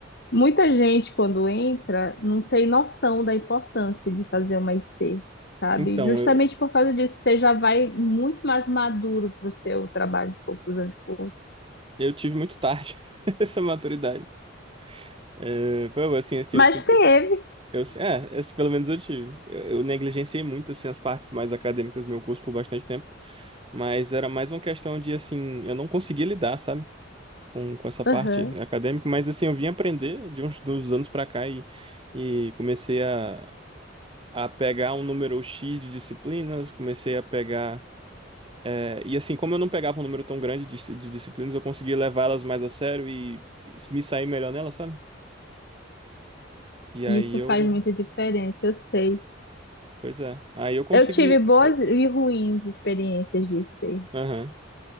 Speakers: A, on the left; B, on the right.
A: Muita gente, quando entra, não tem noção da importância de fazer uma IC, sabe?
B: Então,
A: Justamente
B: eu,
A: por causa disso, você já vai muito mais maduro para o seu trabalho de conclusão de curso.
B: eu tive muito tarde <laughs> essa maturidade. É, pô, assim, assim,
A: Mas
B: eu sinto
A: teve,
B: que. Eu, si, é, esse pelo menos eu tive. Eu, eu negligenciei muito, assim, as partes mais acadêmicas do meu curso por bastante tempo. Mas era mais uma questão de, assim, eu não conseguia lidar, sabe? Com, com essa parte
A: aham,
B: acadêmica. Mas, assim, eu vim aprender de uns dos anos pra cá e, e comecei a, a pegar um número X de disciplinas, comecei a pegar. é, e, assim, como eu não pegava um número tão grande de, de disciplinas, eu conseguia levá-las mais a sério e me sair melhor nelas, sabe? E aí
A: e isso
B: eu
A: faz muita diferença, eu sei.
B: Pois é. Aí eu consegui.
A: Eu tive boas
B: eu-
A: e ruins experiências de IC.
B: Aham.